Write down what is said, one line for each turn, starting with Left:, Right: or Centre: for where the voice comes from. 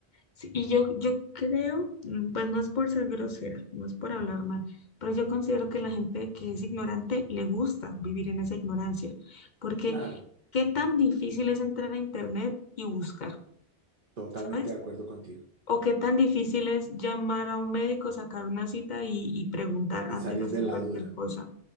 Left: Sí, y yo, yo creo, mm, pues no es por ser grosera, no es por hablar mal, pero yo considero que la gente que es ignorante le gusta vivir en esa ignorancia, porque
Right: Claro,
Left: qué tan difícil es entrar a internet y buscar,
Right: totalmente
Left: ¿sabes?
Right: de acuerdo contigo
Left: O qué tan difícil es llamar a un médico, sacar una cita y, y preguntar
Right: y
Left: antes
Right: salir
Left: de hacer
Right: de la
Left: cualquier
Right: duda.
Left: cosa.